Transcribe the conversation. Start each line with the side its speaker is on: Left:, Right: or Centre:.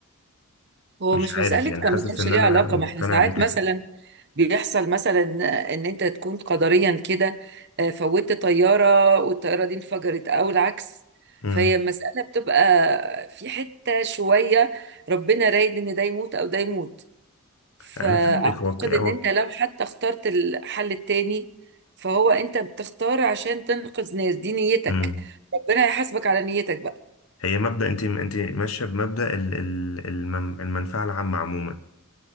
Right: هو
Left: مش
Right: مش
Left: عارف
Right: مسألة
Left: يعني
Right: كان
Left: حاسس
Right: ما كانش
Left: ان
Right: ليه
Left: انا
Right: علاقة
Left: مقتنع
Right: ما احنا ساعات
Left: بكده
Right: مثلا بيحصل مثلا ان انت تكون قدريا كده آه، فوتت طيارة والطيارة دي انفجرت او العكس
Left: امم
Right: فهي المسألة بتبقى في حتة شوية ربنا رايد ان ده يموت او ده يموت فاعتقد
Left: انا فاهمك هو
Right: ان انت لو حتى اخترت الحل التاني فهو انت بتختار عشان تنقذ ناس دي نيتك
Left: هو
Right: ربنا هيحاسبك على نيتك بقى
Left: هي مبدأ انت انت ماشيه بمبدأ ال- ال- المن- المنفعه العامه عموما